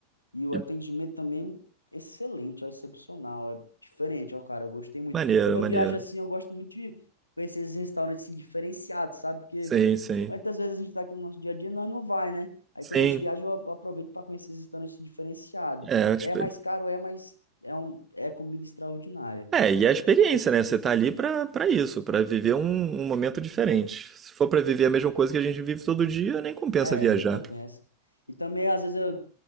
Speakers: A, on the left; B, on the right.
A: E o
B: E-
A: atendimento também excelente, ó, excepcional, é diferente, ó, cara, eu gostei muito.
B: maneiro,
A: Quando eu
B: maneiro.
A: viajo assim, eu gosto muito de conhecer esses restaurantes assim, diferenciados, sabe? Porque
B: Sim, sim.
A: muitas vezes a gente tá aqui no nosso dia a dia e nós não vai, né? Aí
B: Sim.
A: quando a gente viaja, eu aproveito para conhecer esses restaurantes assim, diferenciados.
B: É, expe-
A: É mais caro, é, mas é um é comida extraordinária.
B: é, e é a experiência, né? Você tá ali pra, pra isso, pra viver um, um momento diferente. Se for pra viver a mesma coisa que a gente vive todo dia, nem compensa
A: É,
B: viajar.
A: nem compensa. E também às vezes eu